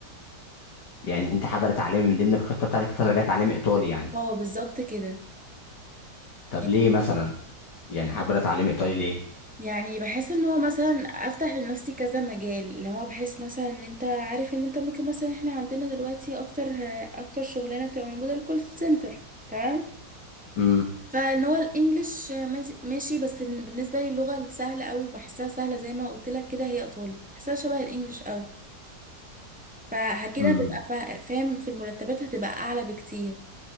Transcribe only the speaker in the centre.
اه بالظبط كده
يعني
يعني بحس ان هو مثلا افتح لنفسي كذا مجال اللي هو بحس مثلا ان انت عارف ان انت ممكن مثلا احنا عندنا دلوقتي اكتر اكتر شغلانه بتبقى موجوده الكول سنتر تمام
فان هو الانجليش ماشي ماشي، بس إن بالنسبه لي اللغه السهله قوي وبحسها سهله زي ما قلت لك كده هي ايطالي بحسها شبه الانجليش قوي فكده
هتبقى فا- فاهم في المرتبات هتبقى اعلى بكتير